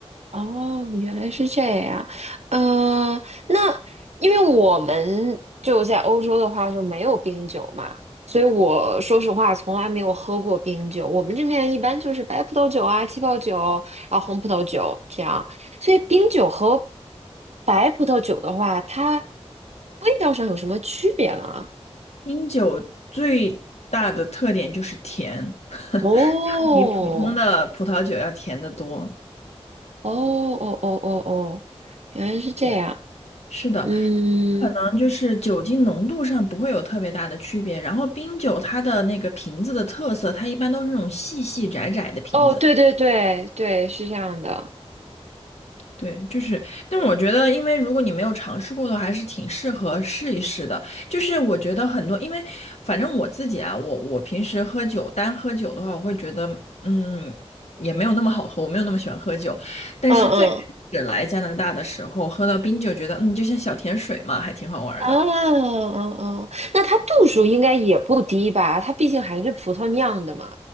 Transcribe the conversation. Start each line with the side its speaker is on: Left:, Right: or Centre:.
Right: 哦，原来是这样。嗯、那因为我们就在欧洲的话就没有冰酒嘛，所以我说实话从来没有喝过冰酒。我们这边一般就是白葡萄酒啊、气泡酒，然后红葡萄酒这样。所以冰酒和白葡萄酒的话，它味道上有什么区别吗？
Left: 冰酒最大的特点就是甜，<laughs> 它
Right: 哦，
Left: 比普通的葡萄酒要甜得多。
Right: 哦哦哦哦哦，原来是这样。
Left: 对，是的，
Right: 嗯。
Left: 可能就是酒精浓度上不会有特别大的区别。然后冰酒它的那个瓶子的特色，它一般都是那种细细窄窄的瓶子。
Right: 哦，对对对对，是这样的。
Left: 对，就是，但我觉得，因为如果你没有尝试过的话，还是挺适合试一试的。就是我觉得很多，因为反正我自己啊，我我平时喝酒，单喝酒的话，我会觉得，嗯，也没有那么好喝，我没有那么喜欢喝酒。但是最开始来加拿大的时候，
Right: 嗯嗯
Left: 喝到冰酒，觉得嗯，就像小甜水嘛，还挺好玩儿的。
Right: 啊，嗯嗯，那它度数应该也不低吧？它毕竟还是葡萄酿的嘛，